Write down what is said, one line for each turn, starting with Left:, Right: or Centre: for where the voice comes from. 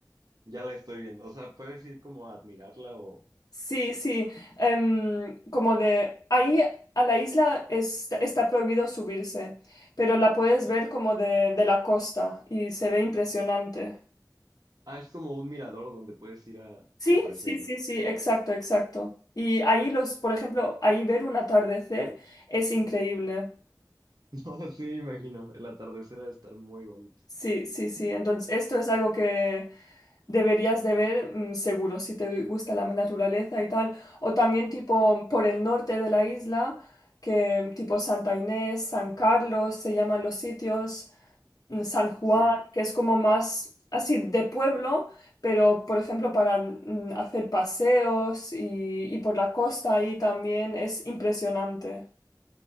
Right: Ya la estoy viendo. O sea, puedes ir como a admirarla o...
Left: Sí, sí, em, como de ahí a la isla es- está prohibido subirse, pero la puedes ver como de, de la costa y se ve impresionante.
Right: Ah, es como un mirador donde puedes ir a, a
Left: Sí,
Right: apreciarlo.
Left: sí, sí, sí, exacto, exacto. Y ahí los, por ejemplo, ahí ver un atardecer es increíble.
Right: <laughs> No, sí, me imagino. El atardecer ha de estar muy bonito.
Left: Sí, sí, sí. Entonces, esto es algo que deberías de ver mm, seguro si te gusta la naturaleza y tal. O también tipo por el norte de la isla, que tipo Santa Inés, San Carlos se llaman los sitios, mm, San Juan,
Right: Sí.
Left: que es como más así de pueblo, pero por ejemplo para mm, hacer paseos y, y por la costa ahí también es impresionante.